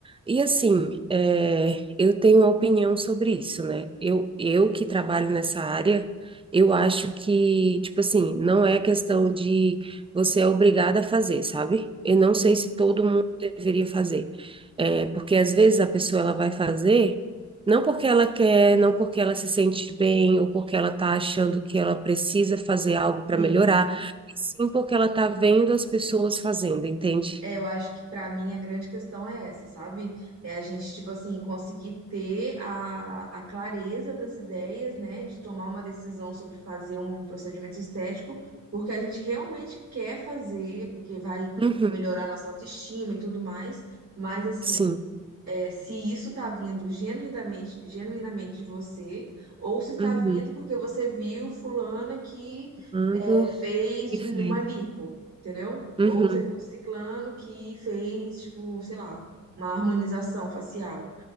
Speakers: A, on the right; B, on the right.
A: E assim, é, eu tenho uma opinião sobre isso, né? Eu, eu que trabalho nessa área, eu acho que, tipo assim, não é questão de você é obrigada a fazer, sabe? Eu não sei
B: uhum.
A: se todo mundo deveria fazer. É, porque às vezes a pessoa ela vai fazer. Não porque ela quer, não porque ela se sente bem ou porque ela está achando que ela precisa fazer algo para
B: Sim.
A: melhorar, e sim porque ela está vendo as pessoas fazendo, entende?
B: É, eu acho que pra mim a grande questão é essa, sabe? É a gente, tipo assim, conseguir ter a, a clareza das ideias, né? De tomar uma decisão sobre fazer um procedimento estético, porque a gente realmente quer fazer, porque vai
A: Uhum,
B: melhorar a nossa autoestima e tudo mais. Mas, assim,
A: sim.
B: é, se isso está vindo genuinamente, genuinamente de você, ou se está
A: Uhum.
B: vindo porque você viu fulana que
A: Ando
B: é, fez
A: e
B: uma
A: fez.
B: lipo, entendeu?
A: Uhum,
B: Ou você viu ciclano que fez, tipo, sei lá, uma harmonização facial.